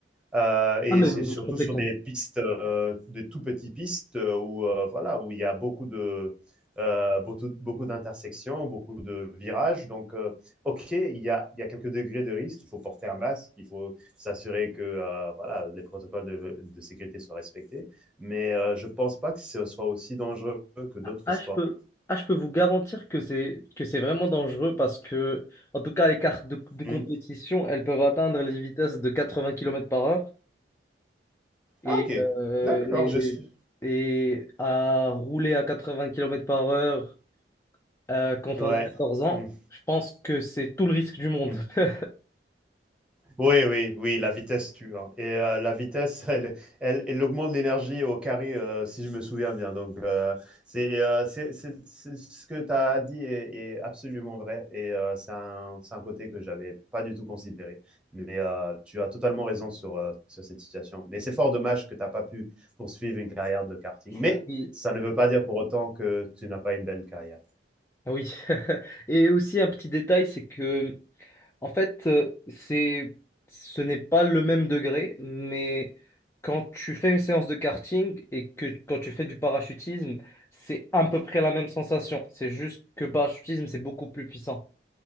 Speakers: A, in the centre; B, on the left.
A: Euh, et
B: Ah, mais
A: c'est
B: vous
A: surtout
B: vous trompez
A: sur des pistes, euh, des tout petits pistes euh, où euh, voilà où il y a beaucoup de euh, beaucoup, beaucoup d'intersections, beaucoup de virages. Donc, euh, ok, il y a, il y a quelques degrés de risque. Il faut porter un masque, il faut s'assurer que euh, voilà, les protocoles de, de sécurité soient respectés. Mais euh, je pense pas que ce soit aussi dangereux que d'autres
B: Ah,
A: sports.
B: je peux, ah, je peux vous garantir que c'est que c'est vraiment dangereux parce que, en tout cas, les cartes de, de
A: Hmm.
B: compétition, elles peuvent atteindre les vitesses de 80 km par heure et,
A: Ah, ok.
B: euh,
A: D'accord,
B: et,
A: je suis.
B: et à rouler à 80 km par heure euh, quand
A: Ouais.
B: on a 14 ans,
A: Hmm.
B: je pense que c'est tout le risque du monde.
A: Hmm.
B: <laughs>
A: Oui, oui, oui, la vitesse tue. hein. Et euh, la vitesse, <laughs> elle, elle, elle augmente l'énergie au carré, euh, si je me souviens bien. Donc, euh, c'est euh, c'est- c'est- c'est- ce que tu as dit est, est absolument vrai. Et euh, c'est un, c'est un côté que j'avais pas du tout considéré. Mais euh, tu as totalement raison sur, euh, sur cette situation. Mais c'est fort dommage que tu n'as pas pu poursuivre une carrière de karting. Mais
B: Ah Oui,
A: ça ne veut pas dire pour autant que tu n'as pas une belle carrière.
B: ah oui. <laughs> Et aussi un petit détail, c'est que En fait, euh, c'est, ce n'est pas le même degré, mais quand tu fais une séance de karting et que quand tu fais du parachutisme, c'est à peu près la même sensation. C'est juste que parachutisme, c'est beaucoup plus puissant.